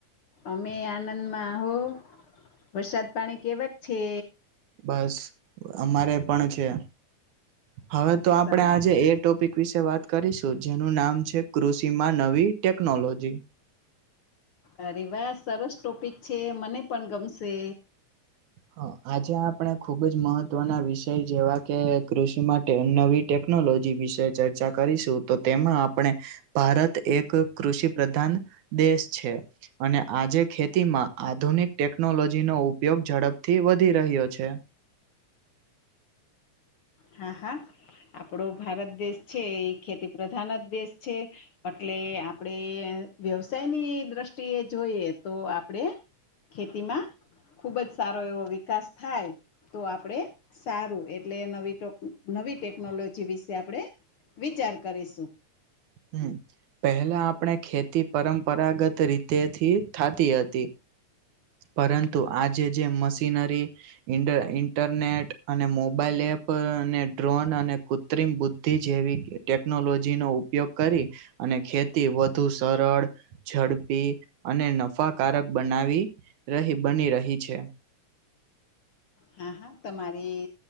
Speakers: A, on the left (about 60°); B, on the right (about 75°).
A: અમે આનંદમાં હો વરસાદ પાણી કેવાક છે?
B: બસ અમારે પણ છે હવે તો આપડે
A: સારું
B: આજે એક ટોપિક વિશે વાત કરીશું જેનું નામ છે કૃષિમાં નવી ટેક્નોલોજી.
A: અરે વા સરસ ટોપિક છે મને પણ ગમશે.
B: હ આજે આપણે ખુબ જ મહત્વના વિષય જેવા કે કૃષિ માટે નવી ટેકનોલોજી વિશે ચર્ચા કરીશું તો તેમાં આપણે ભારત એક કૃષિ પ્રધાન દેશ છે. અને આજે ખેતીમાં આધુનિક ટેકનોલોજીનો ઉપયોગ ઝડપ થી વધી રહ્યો છે.
A: હા હા આપડો ભારત દેશ છે એ ખેતી પ્રધાન જ દેશ છે. અટલે આપડે વ્યવસાયની દ્રષ્ટિએ જોઈએ તો આપડે ખેતીમાં ખુબ જ સારો એવો વિકાસ થાય તો આપડે સારું એટલે નવી ટો નવી ટેકનોલોજી વિશે આપણે વિચાર કરીશું.
B: હમ્મ પહેલા આપણે ખેતી પરંપરાગત રીતેથી થાતી હતી. પરંતુ આજે જે મશીનરી ઈન્ડ-ઇન્ટરનેટ અને મોબાઈલ એપ અને ડ્રોન અને કૃત્રિમ બુ ધ્ધી જેવી કે ટેકનોલોજીનો ઉપયોગ કરી અને ખેતી વધુ સરળ, ઝડપી અને નફાકારક બનાવી રહી બની રહી છે.
A: હા હા તમારી